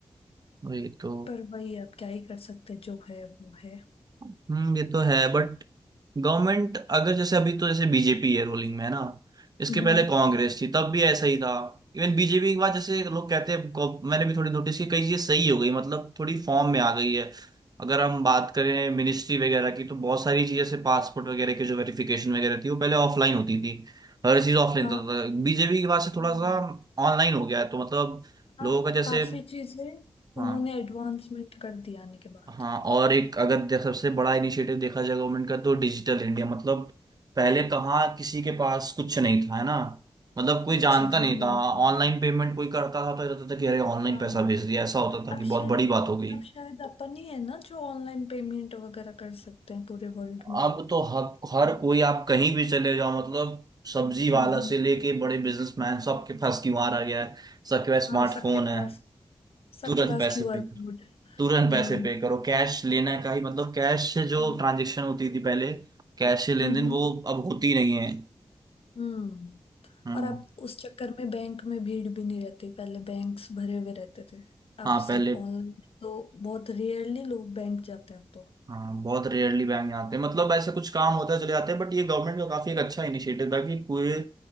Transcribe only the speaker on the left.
पर वही आप क्या ही कर सकते हैं, जो है वो है
हम्म
हाँ
हम्म
हाँ
काफी चीजें
उन्होंने एडवांसमेंट कर दिया आने के बाद
कुछ
भी
नहीं
है
हाँ
अब
शायद
अब शायद अपन ही है ना जो ऑनलाइन पेमेंट वगैरह कर सकते हैं पूरे वर्ल्ड में
हम्म हम्म।
हाँ
सबके
पास सबके
पास
क्यूआर
कोड
हम्म
हम्म
हम्म
हम्म।
और अब उस चक्कर में बैंक में भीड़ भी नहीं रहती पहले बैंक्स भरे हुए रहते थे अब
सब
ऑनलाइन तो बहुत रेयरली लोग बैंक जाते हैं अब तो